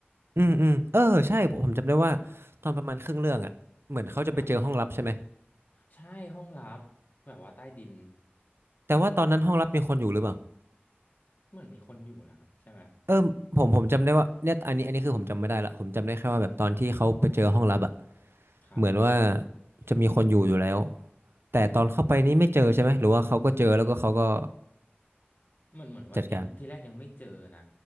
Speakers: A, on the right; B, on the left.
A: อืมอืมเออใช่ผมจำได้ว่าตอนประมาณครึ่งเรื่องอ่ะเหมือนเขาจะไปเจอห้องลับใช่ไหม
B: ครับใช่ห้องลับแบบว่าใต้ดิน
A: แต่ว่าตอนนั้นห้องลับมีคนอยู่หรือเปล่า
B: เหมือนมีคนอยู่นะครับใช่ไหม
A: เออผมผมจำได้ว่าเนี่ยอันนี้อันนี้คือผมจำไม่ได้ละผมจำได้แค่ว่าแบบตอนที่เขาไปเจอห้องลับอ่ะ
B: ครับ
A: เหมือนว่าจะมีคนอยู่อยู่แล้วแต่ตอนเข้าไปนี่ไม่เจอใช่ไหมหรือว่าเขาก็เจอแล้วก็เขาก็
B: เหมือนเหมือนว่ายังทีแรกยังไม่เจอนะ
A: จัดการ